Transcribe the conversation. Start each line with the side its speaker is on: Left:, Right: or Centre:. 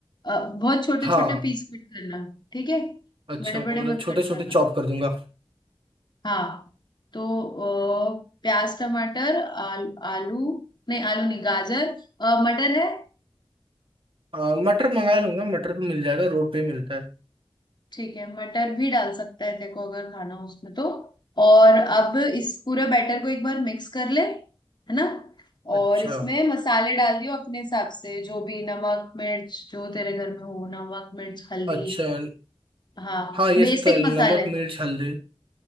Left: अ, बहुत छोटे
Right: हाँ
Left: छोटे पीस कट करना ठीक है
Right: अच्छा
Left: बड़े
Right: मतलब
Left: बड़े मत
Right: छोटे
Left: कट
Right: छोटे
Left: करना
Right: चॉप कर दूंगा
Left: हाँ तो अ, प्याज टमाटर आल, आलू नहीं आलू नहीं गाजर अ, मटर है
Right: आ, मटर मंगा लूंगा मटर तो मिल जाएगा रोड पे ही मिलता है
Left: ठीक है मटर भी डाल सकता है तेको अगर खाना हो उसमें तो और अब इस पूरे बैटर को एक बार मिक्स कर ले है ना
Right: अच्छा
Left: और इसमें मसाले डाल दियो अपने हिसाब से जो भी नमक मिर्च जो तेरे घर में हो नमक मिर्च हल्दी
Right: अच्छा
Left: हाँ
Right: हाँ ये
Left: बेसिक
Right: सब तो है,
Left: मसाले
Right: नमक मिर्च हल्दी